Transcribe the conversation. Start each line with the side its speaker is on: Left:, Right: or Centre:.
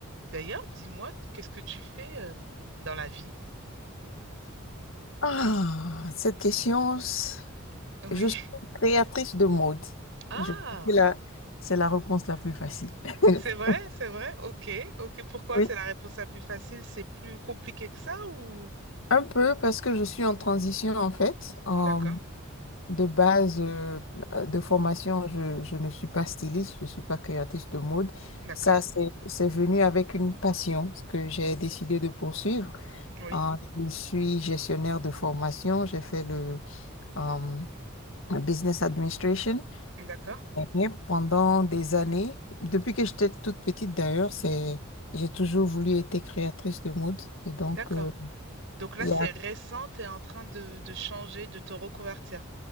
Right: D'ailleurs, dis-moi, qu'est-ce que tu fais euh, dans la vie?
Left: Ah, cette question, c-
Right: Oui.
Left: je suis créatrice de mode.
Right: Ah,
Left: Je pense que là, c'est la réponse la plus facile. <laughs>
Right: c'est vrai, c'est vrai. Ok, ok. Pourquoi
Left: Oui,
Right: c'est la réponse la plus facile? C'est plus compliqué que ça ou...
Left: un peu parce que je suis en transition en fait. En-
Right: D'accord,
Left: de base euh, de formation, je, je ne suis pas styliste, je ne suis pas créatrice de mode.
Right: d'accord.
Left: Ça, c'est, c'est venu avec une passion que j'ai décidé de poursuivre.
Right: Oui,
Left: Euh, je suis gestionnaire de formation, j'ai fait le euh, business administration.
Right: d'accord,
Left: Et pendant des années, depuis que j'étais toute petite d'ailleurs, c'est j'ai toujours voulu être créatrice de mode. Et donc,
Right: d'accord.
Left: euh,
Right: Donc là,
Left: il
Right: c'est
Left: y a...
Right: récent, tu es en train de, de changer, de te reconvertir.